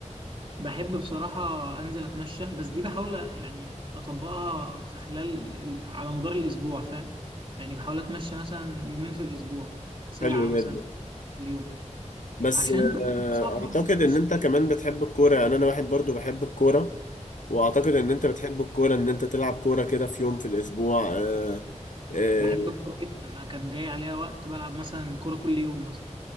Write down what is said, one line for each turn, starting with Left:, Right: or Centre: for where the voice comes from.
Right: بحب بصراحة أنزل أتمشى بس دي بحاول يعني أطبقها في خلال ال- على مدار الأسبوع فاهم يعني بحاول أتمشى مثلا يومين في الأسبوع ساعة
Left: حلو جدا
Right: مثلا في اليوم
Left: بس
Right: عشان أنت
Left: آه،
Right: صعب برضه
Left: اعتقد
Right: تتمشى
Left: ان انت
Right: كل
Left: كمان بتحب الكوره يعني انا واحد برضو بحب الكوره واعتقد ان انت بتحب
Right: يوم.
Left: الكوره ان انت تلعب كوره كده في يوم في الاسبوع آه، آه،
Right: بحب الكورة جدا أنا كان جاي عليها وقت بلعب مثلا كورة كل يوم مثلا